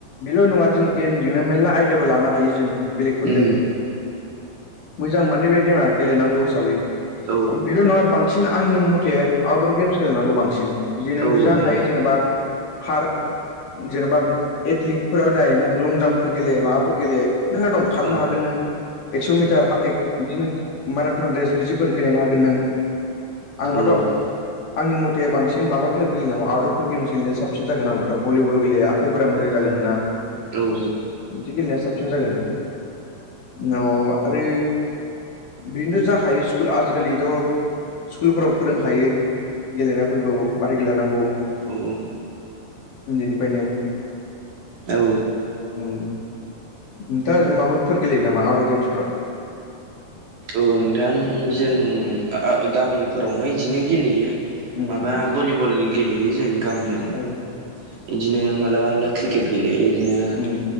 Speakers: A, on the left; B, on the right.
A: बेल नङा जों गेमजोंनो मेरला आयदियाबो लानो हायो जों बेलेगफोरजों
B: उम
A: मोजां माने बे गेमा गेलेनांगौ हिसाबै
B: औ
A: आरो बेल नङा बां बांसिन आंनि मथे आउटदर गेम्स गेलेनांगौ बांसिन बि नों
B: औ ओं
A: जि हायो जेनेबा कार जेनेबा एथलिकफोराव नाय नों लं जाम्पफोर गेले माबाफोर गेले गोहो दं
B: ओं
A: खारनो हागोन नों एक्स मिटार ए क बिदिनो माराथन रेस बिदिफोर गेलेनो हागोन नों। आंबोथ'
B: औ औ
A: आंनिमथे बांसिन माबा गेलेनांगौ आउदफोर गेम गेलेनाय साबसिन जागोन होनिबाथ भलि बल गेलेया थेखनिं फोरा मोजां जागोन नोंना।
B: औ
A: बिदि गेलेनाया साबसिन जागोन। उनाव आरो बिदिनोथ' जाखायो स्कुल आजिखालिथ' स्कुलफोराव फोरोंखायो गेलेनायफोरखौ मारै गेलेनांगौ
B: औ औ
A: उन्दैनिफ्रायनो
B: औ
A: उम नोंथां ओरैनो माबाफोर गेलेयो नामा आउदर गेम्सफोराव?
B: ओ नोंथां जों आ गामिफोरावनो इदिनो गेलेयो
A: उम
B: माबा भलिबल गेलेयो जों गामियाव
A: औ
B: इदिनो मालाबा मालाबा क्रिकेट गेलेयो इदिनो
A: उम